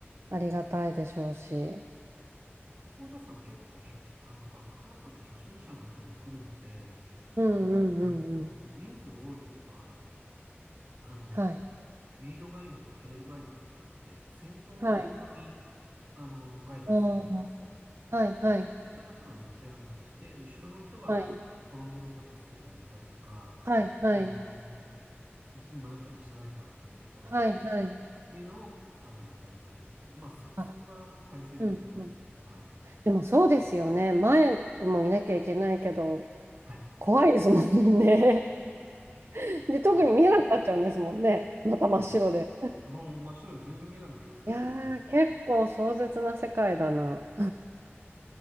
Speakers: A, on the right; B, on the right.
A: ありがたいでしょうし。
B: 大田さんは結構しょ、あの、バックカントリー初心者の人も来るので、
A: うんうんうんうん。
B: あのー人数多いときは、あの
A: はい。
B: ーリードガイドとテールガイドって言って、先頭と後ろに、
A: はい。
B: あのーガイドつけるんですよ。
A: ああ、はいはい。
B: 先頭の人が道案内して、後ろの人が転んでる人助けてあげたりとか、
A: はい。はいはい。
B: あのー、道に迷ったりしてないかみたいなところとかっ
A: はいはい。
B: ていうのを、あの、やってあげてるっていう。まあ、そ、そんな体制でやってますね。
A: あ、うんうん。
B: はい。
A: でもそうですよね。前もいなきゃいけないけど、
B: はい。
A: 怖いですもんね。<laughs> で、特に見えなくなっちゃうんですもんね。
B: お
A: また真っ白で。
B: そうです。まあ、真っ白で全然見えなくなりますよ。
A: いやー、
B: はい
A: 結構壮絶な世界だな。